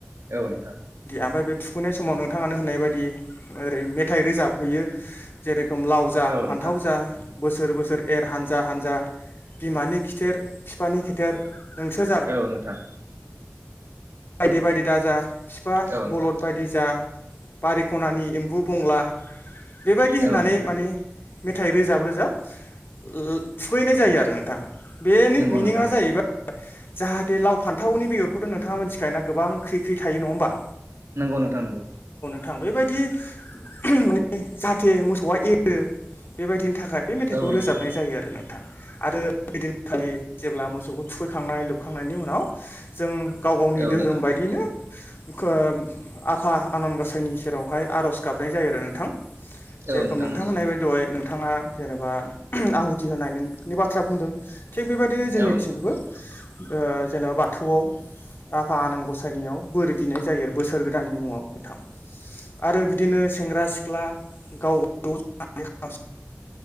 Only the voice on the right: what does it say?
औ नोंथां
औ
नोंथां
औ नोंथां
औ नोंथां औ नोंथां
औ नोंथां
नंगौ
नोंथां नंगौ
नोंगौ नोंथां नोंगौ
औ
नोंथां
औ
नोंथां
औ
नंगौ
औ नोंथां